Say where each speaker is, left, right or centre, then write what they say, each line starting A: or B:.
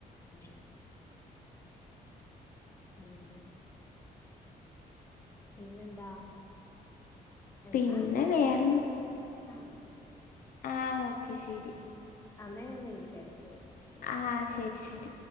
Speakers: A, on the left; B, on the left.
A: ഉം ഉം പിന്നെന്താ എന്നാ
B: പിന്നെ
A: ഇട
B: വേറെ
A: ആ
B: ആഹ് ഓക്കെ ശരി
A: അന്നാ ഞാൻ വിളിക്കാം ഇടയ്ക്ക് വിളിക്കാം ശെരി
B: ആഹ് ശരി ശരി